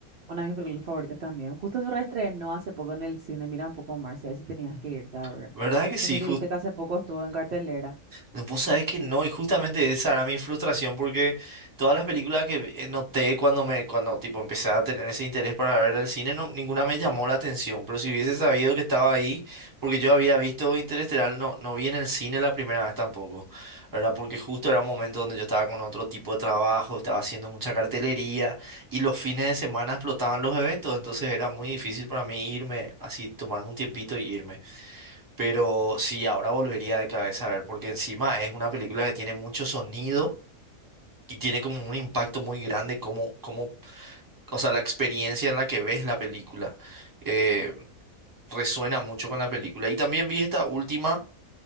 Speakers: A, on the right; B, on the right.
A: una de mis películas favoritas también. Justo se reestrenó hace poco en el cine, mira un poco Marce, ese tenías
B: Ujú.
A: que irte a ver.
B: ¿Verdad que sí?
A: No sé si viste que hace poco estuvo en cartelera.
B: No, Vos sabés que no, y justamente esa era mi frustración porque todas las películas que vi- eh, noté cuando me, cuando tipo empecé a tener ese interés para ver el cine, no- ninguna me llamó la atención. Pero si hubiese sabido que estaba ahí, porque yo había visto Interestelar, no, no vi en el cine la primera vez tampoco, ¿verdad? Porque justo era un momento donde yo estaba con otro tipo de trabajo, estaba haciendo mucha cartelería y los fines de semana explotaban los eventos, entonces era muy difícil para mí irme así, tomarme un tiempito y irme. Pero sí, ahora volvería de cabeza a ver, porque encima es una película que tiene mucho sonido y tiene como un impacto muy grande, como, como, o sea, la experiencia en la que ves la película eh, resuena mucho con la película. Y también vi esta última